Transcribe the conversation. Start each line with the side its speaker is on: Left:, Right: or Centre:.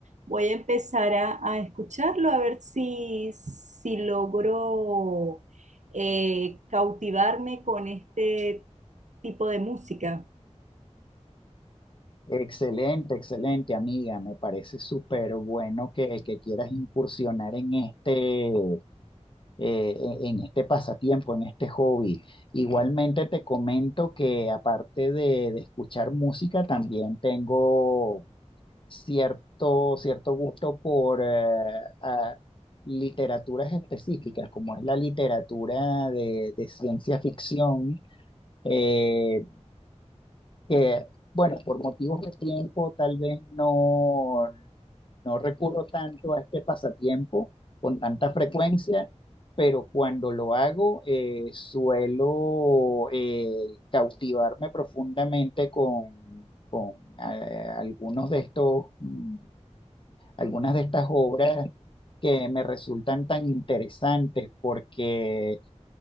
Right: Voy a empezar a, a escucharlo, a ver si, si logro eh, cautivarme con este tipo de música.
Left: Excelente, excelente amiga, me parece súper bueno que, que quieras incursionar en este, eh, en en este pasatiempo, en este hobby. Igualmente te comento que aparte de, de escuchar música, también tengo cierto, cierto gusto por eh, a- literaturas específicas, como es la literatura de, de ciencia ficción. eh, que, bueno, por motivos de tiempo tal vez no, no recurro tanto a este pasatiempo con tanta frecuencia, pero cuando lo hago eh, suelo eh, cautivarme profundamente con, con eh, algunos de estos mm, algunas de estas obras que me resultan tan interesantes porque